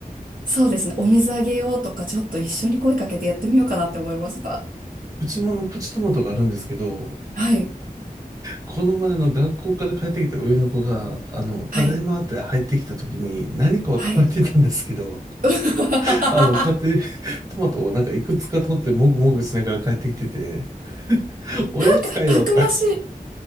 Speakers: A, on the right; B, on the right.
A: そうですね、お水あげようとか、ちょっと一緒に声かけてやってみようかなって思いました。
B: うちもあの、プチトマトがあるんですけど、
A: はい、
B: この前あの、学校から帰ってきた上の子が、あの、ただいまって入ってきた時に何かを食べてたんですけど、
A: はい、はい。<laughs> た
B: <laughs> あの、買って、トマトをなんかいくつか取ってもぐもぐしながら帰ってきてて、<laughs> おやつかよとか、
A: くたくまし